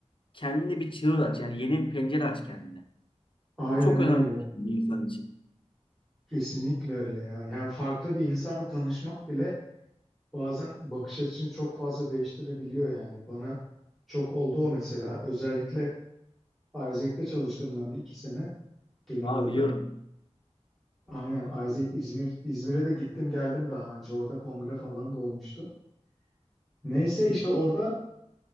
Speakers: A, on the left; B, in the centre.
A: kendine bir çığır aç. Yani yeni bir pencere aç kendine.
B: Aynen
A: Bu çok önemli
B: öyle.
A: bir şey bir insan için.
B: Kesinlikle öyle ya. Yani farklı bir insanla tanışmak bile bazen bakış açını çok fazla değiştirebiliyor yani. Bana çok oldu o mesela. Özellikle Isaac'te çalıştım ben bir iki sene gönüllü
A: Ha
B: olarak.
A: biliyorum.
B: Aynen Isaac İzmir İzmir'e de gittim geldim daha önce. Orada kongre falan da olmuştu. Neyse işte orada